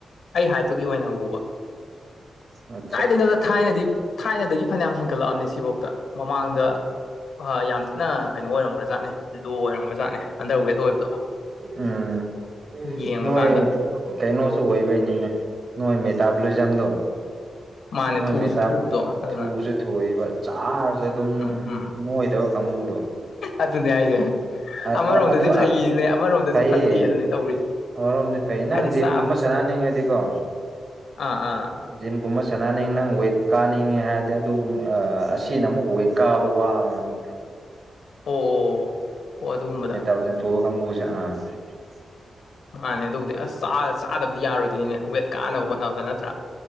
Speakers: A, on the left; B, on the right.
A: ꯑꯩ ꯍꯥꯏꯠꯇꯨꯒꯤ ꯑꯣꯏꯅ ꯎꯕ
B: ꯑ
A: ꯀꯥꯏꯗꯅꯣꯗ ꯊꯥꯏꯅꯗꯤ ꯊꯥꯏꯅꯗꯒꯤ ꯐꯅꯌꯥꯝ ꯍꯦꯟꯒꯠꯂꯛꯑꯕꯅꯦ ꯁꯤꯐꯥꯎꯗ ꯃꯃꯥꯡꯗ ꯑ ꯌꯥꯝ ꯊꯤꯅ ꯀꯩꯅꯣ ꯑꯣꯏꯔꯝꯒ꯭ꯔ ꯖꯥꯠꯅꯤ ꯂꯣ ꯑꯣꯏꯔꯝꯒ ꯖꯥꯠꯅꯦ ꯑꯟꯗꯔ ꯋꯦꯠ ꯑꯣꯏꯕꯗꯣ
B: ꯎꯝ
A: ꯌꯦꯡꯕ
B: ꯅꯣꯏ
A: ꯀꯥꯟꯗ
B: ꯀꯩꯅꯣꯁꯨ ꯑꯣꯏꯕꯩꯅꯤꯅꯦ ꯅꯣꯏ ꯃꯦꯇꯥꯕ ꯂꯣꯏꯖꯝꯗꯣ
A: ꯃꯥꯅꯦ
B: ꯅꯣꯏ
A: ꯊꯨꯁꯨ
B: ꯃꯦꯇꯥꯞ
A: ꯊꯨꯕꯗꯣ ꯑꯗꯨꯅ
B: ꯊꯨꯁꯨ ꯊꯣꯢꯕ ꯆꯥꯔꯁꯨ ꯑꯗꯨꯝ
A: ꯎꯝ ꯎꯝ
B: ꯅꯣꯏꯗꯕ ꯀꯥꯡꯕꯨꯗꯣ
A: ꯑꯗꯨꯅꯦ ꯍꯥꯏꯁꯦ
B: ꯑ
A: ꯑꯃꯔꯣꯝꯗꯗꯤ
B: ꯑ ꯑꯗꯨ
A: ꯐꯩꯅꯦ
B: ꯑ
A: ꯑꯃꯔꯣꯝꯗꯁꯨ
B: ꯐꯩꯌꯦ
A: ꯐꯠꯇꯦ ꯑꯗꯨꯅꯤ ꯇꯧꯔꯤꯁꯦ
B: ꯑꯃꯔꯣꯝꯗꯤ ꯐꯩ ꯅꯪ
A: ꯍꯥꯏꯗꯤ
B: ꯖꯤꯝꯒꯨꯝꯕ
A: ꯆꯥꯕ
B: ꯁꯅꯅꯤꯡꯉꯗꯤꯀꯣ
A: ꯑꯥ ꯑꯥ
B: ꯖꯤꯝꯒꯨꯝꯕ ꯁꯥꯟꯅꯅꯤꯡ ꯅꯪ ꯋꯦꯠ ꯀꯥꯅꯤꯡꯉꯦ ꯍꯥꯏꯔꯗꯤ ꯑꯗꯨ ꯑꯁꯤꯅ ꯑꯃꯨꯛ ꯋꯦꯠ ꯀꯥꯕꯗꯣ ꯋꯥꯕꯅꯦ ꯑꯃꯨꯛ
A: ꯑꯣ ꯑꯣ ꯑꯣ ꯑꯗꯨꯒꯨꯝꯕꯗ
B: ꯃꯦꯇꯥꯕꯣꯂꯤꯖꯝ ꯊꯣꯛꯑ ꯀꯕꯨꯁꯦ ꯑꯥ <inaudible>
A: ꯃꯥꯅꯦ ꯑꯗꯨꯕꯨꯗꯤ ꯑꯁ ꯆꯥ ꯆꯥꯗꯕꯗꯤ ꯌꯥꯔꯣꯏꯗꯣꯏꯅꯤꯅꯦ ꯋꯦꯠ ꯀꯥꯅꯕ ꯍꯣꯠꯅꯕꯗ ꯅꯠꯇ꯭ꯔꯥ